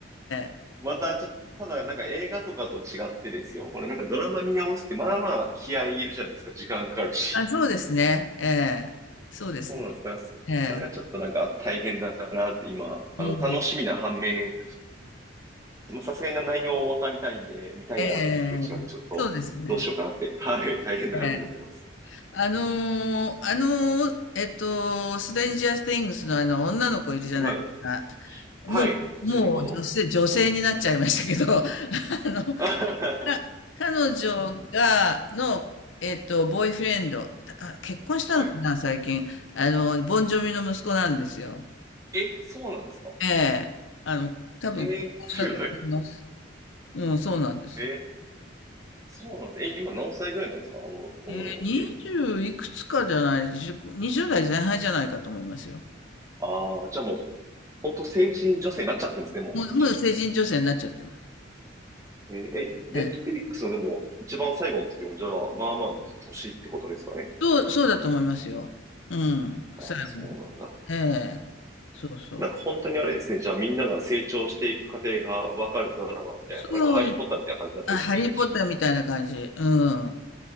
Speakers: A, on the right; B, on the left.
A: <laughs>
B: え、ええ。
A: またちょっと、ただなんか映画とかと違ってですよ。これなんかドラマ見直すって、まあまあ気合いいるじゃないですか。時間かかるし。
B: あ、そうですね。ええ、そうですね。
A: そうなんです。だからそそれがちょっとなんか大変だなって今、
B: ええ、うん、
A: あの、楽しみな反面、でもさすがに内容を分かりたいんで、見たいなっていう気持ちがあって、
B: ええ、
A: ちょっとどうしようかなって、
B: そうですね。
A: はい、大変だなと思ってます。
B: ええあのーあのーえっと、ストレンジャー・テイングスのあの、女の子いるじゃないですか。
A: はい。
B: もう、
A: はい。
B: もう女性、
A: 主人公の。
B: 女性になっちゃいましたけど、<laughs> あの、
A: <laughs>
B: か彼女が、の、えっと、ボーイフレンド、あ、結婚したのかな、
A: はい。
B: 最近。あの、ボンジョビの息子なんですよ。
A: え、そうなんですか
B: ええ。あの、多分、
A: えー、
B: 結婚したと思います。
A: すごい。
B: うん、そうなんです。
A: えー、そうなんです。え、今何歳ぐらいなんですかあの、女の子って。
B: えー、20いくつかじゃない、10 2代前半じゃないかと思いますよ。
A: ああ、じゃあもう、ほんと成人女性になっちゃってるんですね、も
B: もう、もう成人女性になっちゃってます。
A: う。えーえ、ネットフィリックスのでも、
B: ええ、
A: 一番最後の時も、じゃあ、まあまあの年ってことですかね。
B: そう、そうだと思いますよ。うん、
A: ああ、
B: 最後に。
A: そうなんだ。
B: ええ、そうそう。
A: なんか本当にあれですね。じゃあみんなが成長していく過程がわかるドラマみたいな。
B: そう、
A: なんかハリーポッターみたいな感じになってですね。
B: あ、ハリー・ポッターみたいな感じ。うん。